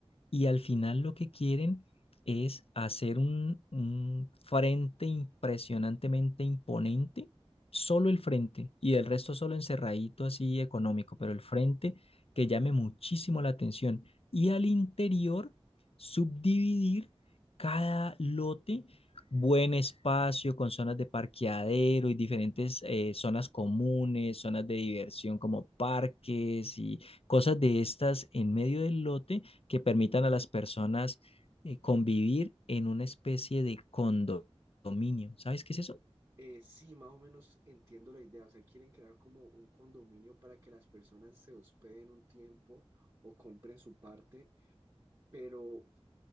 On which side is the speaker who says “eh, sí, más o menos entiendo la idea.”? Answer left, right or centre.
Right